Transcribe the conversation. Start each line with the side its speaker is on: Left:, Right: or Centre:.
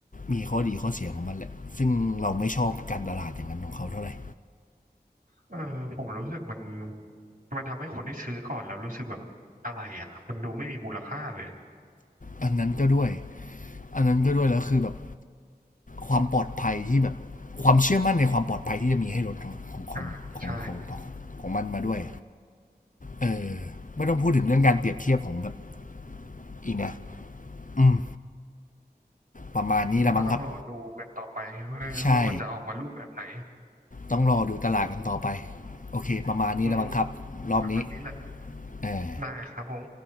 Left: มีข้อดีข้อเสียของมันแหละซึ่งเราไม่ชอบการตลาดอย่างนั้นของเขาเท่าไหร่
Right: เออผมรู้สึกมันมันทำให้คนที่ซื้อก่อนแล้วรู้สึกแบบอะไรอะมันดูไม่มีมูลค่าเลย
Left: อันนั้นก็ด้วยอันนั้นก็ด้วยแล้วคือแบบความปลอดภัยที่แบบความเชื่อมั่นในความปลอดภัยที่จะมีให้รถของของของของของของของมันมาด้วย
Right: อ่าใช่
Left: เออไม่ต้องพูดถึงเรื่องการเปรียบเทียบของแบบอีกนะอืม ประมาณนี้ละมั้งครับ
Right: ก็ต้องรอดูกันต่อไปเออว่ามันจะออกมารูปแบบไหน
Left: ใช่ ต้องรอดูตลาดกันต่อไปโอเคประมาณนี้ละมั้งครับรอบนี้
Right: อืมประมาณนี้แหละ
Left: เออ
Right: ได้ครับผม